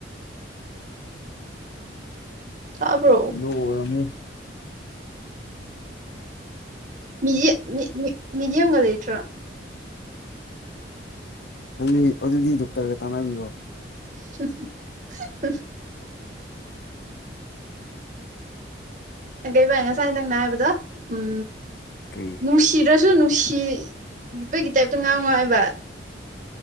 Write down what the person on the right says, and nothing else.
ꯇꯥꯕ꯭ꯔꯣ
ꯃꯤꯗꯤ ꯃꯤ ꯃꯤ ꯃꯤꯗꯤꯌꯝꯒ ꯂꯩꯇ꯭ꯔꯣ
<inaudible> ꯑꯗꯩ ꯕꯥꯅꯤ ꯉꯁꯥꯏ ꯅꯪꯅ ꯍꯥꯏꯕꯗꯣ ꯎꯝ
ꯅꯨꯡꯁꯤꯗ꯭ꯔꯁꯨ ꯅꯨꯡꯁꯤꯕꯒꯤ ꯇꯥꯏꯞ ꯇ ꯉꯥꯡꯉꯣ ꯍꯥꯏꯕ